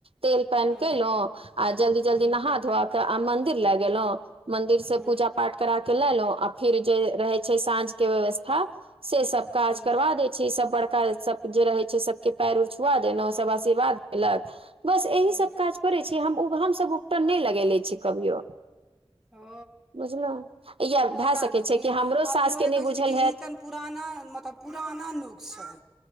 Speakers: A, on the right (about 65°); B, in the centre.
A: तेल पानि
B: हूँ
A: केलौं आ जल्दी
B: हूँ
A: जल्दी नहा धोआ कऽ आ मंदिर लए गेलौं मन्दिरसँ
B: हूँ
A: पूजा पाठ करा के लए लेलहुँ आ फेर जे रहै छै साँझके व्यवस्था से सब काज
B: हूँ
A: करबा दै छै सब बड़का सब जे रहे छै सबके पैर छुआ देलौं सब आशीर्वाद दैलैथ बस एहि
B: हूँ
A: सब काज। करे छी हम सब उपटन नय लगेेले छी कभियो।
B: ओ
A: बुझलहु या
B: पता
A: भए सकै
B: नय
A: छै
B: फिर
A: कि हमरो सास
B: फेर
A: के
B: ओहे
A: नहि
B: कहै
A: बुझल
B: छथि
A: हैत
B: ई तऽ। पुराना मतलब पुराना नूग स।